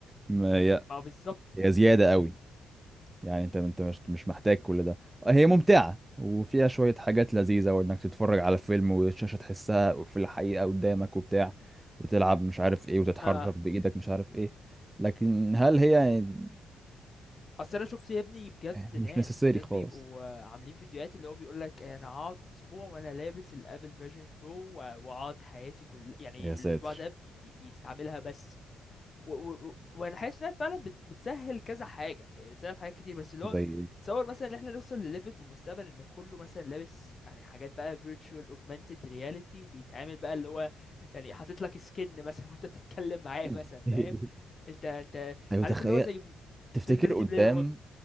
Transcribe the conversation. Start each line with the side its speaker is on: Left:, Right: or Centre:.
Right: ما هي
Left: ما هو بالظبط
Right: هي زياده قوي يعني انت انت مش مش محتاج كل ده هي ممتعه وفيها شويه حاجات لذيذه وانك تتفرج على فيلم والشاشه تحسها في الحقيقه قدامك وبتاع وتلعب مش عارف ايه وتتحرك
Left: اه
Right: بايدك مش عارف ايه لكن هل هي يعني
Left: اصل انا شفت يا ابني بجد
Right: يعني
Left: ناس
Right: مش نسيسري
Left: ناس
Right: خالص
Left: بيبقوا آه، عاملين فيديوهات اللي هو بيقول لك انا هقعد اسبوع وانا لابس الابل فيجن برو واقعد حياتي كل يعني
Right: يا ساتر
Left: الاسبوع ده بي... بي... بيستعملها بس و... و... و- وانا حاسس انها فعلا بت... بتسهل كذا حاجه يعني بتسهل حاجات كتير بس اللي
Right: زي
Left: هو تصور مثلا ان احنا نوصل لليفل في المستقبل ان كله مثلا لابس يعني حاجات بقى virtual augmented reality وبيتعامل بقى اللي هو يعني حاطط لك سكن مثلا <laughs> وانت بتتكلم معاه
Right: <laughs>
Left: مثلا فاهم انت انت
Right: ايوه
Left: عارف
Right: تخيل
Left: اللي هو زي م-
Right: تفتكر
Left: فيلم ريدي
Right: قدام
Left: بلاير 1